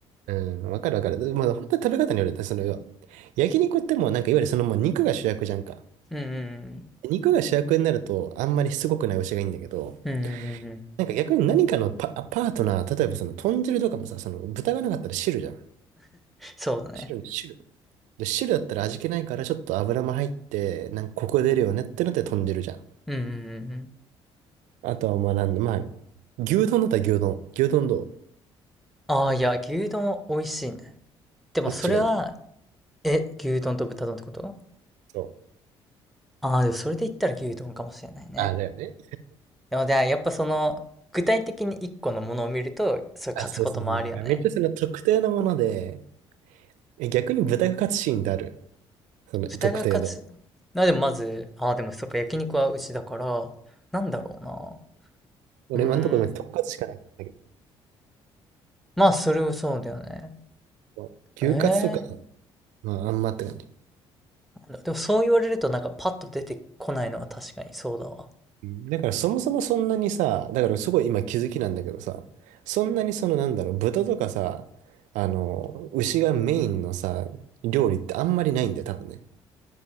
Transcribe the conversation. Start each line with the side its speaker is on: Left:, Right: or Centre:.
Right: うん、わかるわかる。まあ本当に食べ方によるよね。その、焼肉ってもうなんかいわゆるそのもう肉が主役じゃんか。
Centre: うんうん
Right: 肉が主役になるとあんまりしつこくない牛がいいんだけど、
Centre: うん。うんうんうんうん。
Right: なんか逆に何かのパ、パートナー、例えばその豚汁とかもさ、その豚がなかったら汁じゃん。
Centre: そうだね。
Right: 汁、汁で、汁だったら味気ないから、ちょっと油も入って、なんかコク出るよねってので飛んでるじゃん。
Centre: うんうんうんうん。
Right: あとはまあなんだ、まあ、牛丼だったら牛丼。牛丼どう
Centre: ああ、いや、牛丼美味しいね。でもそれは
Right: どっちがいい
Centre: え、牛丼と豚丼ってこと
Right: そう。
Centre: ああー、でもそれで言ったら牛丼かもしれないね。
Right: あ、だよね。
Centre: でも、じゃあやっぱその、具体的に一個のものを見ると、それ勝つこともあるよね。
Right: あ、そうそうそう。だからめっちゃその特定のもので、え、逆に豚カツシーンである。その特定で。
Centre: 豚が勝つ。な、でもまず、ああ、でもそっか、焼肉は牛だから、なんだろうな。
Right: 俺今のところ豚カツしかないんだけ
Centre: うーん。まあ、それをそうだよね。
Right: ど、牛カツとか、
Centre: ええ
Right: まああんまって感じ。
Centre: なんだ、でもそう言われるとなんかパッと出てこないのは確かにそうだわ。
Right: うんだからそもそもそんなにさ、だからすごい今気づきなんだけどさ、そんなにそのなんだろう、豚とかさ、あの、牛がメインのさ、料理ってあんまりないんだよ、多分ね。